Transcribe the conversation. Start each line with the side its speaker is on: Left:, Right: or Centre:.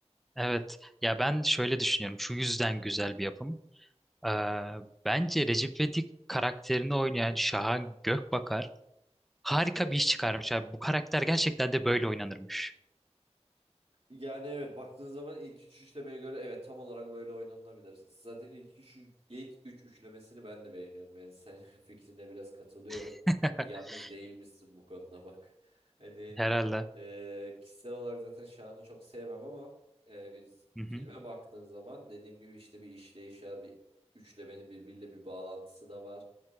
Centre: Evet. Ya ben şöyle düşünüyorum. Şu yüzden güzel bir yapım. Ee, bence Recep İvedik karakterini oynayan Şahan Gökbakar harika
Right: Evet.
Centre: bir iş çıkarmış abi. Bu karakter gerçekten de böyle oynanırmış.
Right: Yani evet baktığın zaman ilk üç üçlemeye göre evet tam olarak böyle oynanılabilir. Zaten ilk üç, ilk üç üçlemesini ben de beğeniyorum yani senin <laughs> fikrine biraz katılıyorum.
Centre: <laughs>
Right: Yani yalnız değilmişsin bu konuda bak. <laughs> Hani
Centre: Herhalde.
Right: Ee, kişisel olarak zaten Şahan'ı çok sevmem ama e,
Centre: Hı hı.
Right: filme baktığın zaman dediğim gibi işte bir işleyiş var, bir üçlemenin birbiriyle bir bağlantısı da var.